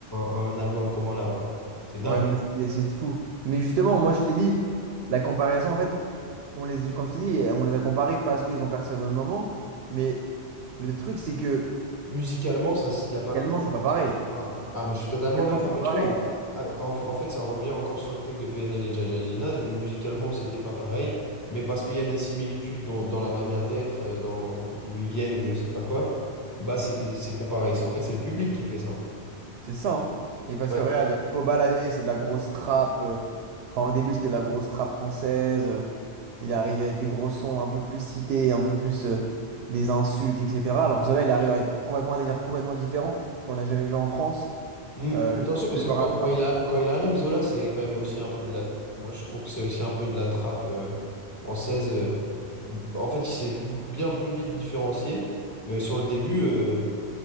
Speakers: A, on the left (about 15°); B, on the right (about 70°).
A: un- un album commun là-bas. C'est dingue.
B: Ouais, non, mais c'est c'est fou. Mais justement, moi, je te dis, la comparaison, en fait, on les, comme je t'ai dit, on les a comparés parce qu'ils ont percé au même moment. Mais le truc, c'est que
A: Musicalement, ça, il y a pas,
B: également,
A: y a-
B: c'est pas pareil.
A: c'est comparable. Ah, mais je suis totalement
B: Également,
A: d'accord.
B: c'est pas
A: Mais tu vois,
B: pareil.
A: à- en, en fait, ça revient encore sur le truc de PNL et Jaja Ginaz où musicalement, c'était pas pareil. Mais parce qu'il y a des similitudes dans, dans la manière d'être, euh, dans d'où ils viennent ou je sais pas quoi, bah c'est c'est comparé. En fait, c'est le public qui fait ça.
B: C'est ça. hein. Et parce
A: Ouais.
B: que regarde, Kobalade, c'est de la grosse trappe. euh, Enfin, au début, c'était de la grosse trappe française. euh, Il est arrivé avec des gros sons un peu plus cités, un peu plus euh, des insultes, etc. Alors que Zola, il arrive avec complètement un délire complètement différent qu'on n'a jamais vu en France.
A: Mm.
B: Euh,
A: Attention,
B: le
A: parce que
B: le
A: quand,
B: rappeur
A: quand il a, quand il arrive, Zola, c'est quand même aussi un peu de la. Moi, je trouve que c'est aussi un peu de la trappe euh, française. euh. En fait, il s'est vi- bien plus vite différencié. Mais sur le début. euh,